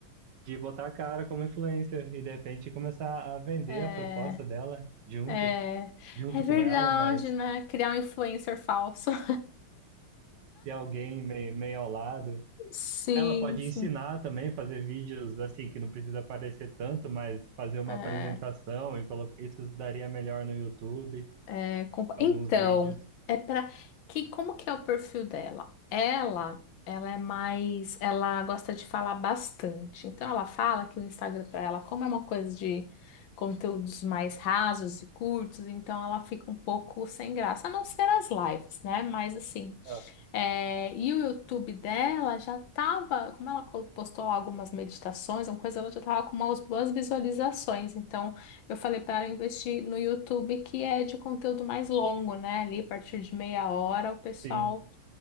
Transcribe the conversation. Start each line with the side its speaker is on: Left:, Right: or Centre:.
Right: de botar a cara como influencer e de repente começar a vender
Left: é,
Right: a proposta dela junto,
Left: é,
Right: junto
Left: é verdade,
Right: com ela, mas
Left: né? Criar um influencer falso. <laughs>
Right: ter alguém meio, meio ao lado.
Left: Sim,
Right: Ela pode
Left: sim.
Right: ensinar também, fazer vídeos assim que não precisa aparecer tanto, mas fazer uma
Left: É,
Right: apresentação e colocar isso daria melhor no YouTube,
Left: é, com-
Right: alguns
Left: então,
Right: vídeos.
Left: é para que como que é o perfil dela? Ela, ela é mais, ela gosta de falar bastante. Então ela fala que o Instagram para ela, como é uma coisa de conteúdos mais rasos e curtos, então ela fica um pouco sem graça, a não ser as lives, né? Mas assim,
Right: Ah,
Left: É, e o YouTube dela já estava como ela co- postou lá algumas meditações, uma coisa, ela já tava com umas boas visualizações. Então, eu falei para ela investir no YouTube, que é de conteúdo mais longo, né? Ali, a partir de meia hora, o pessoal.
Right: Sim,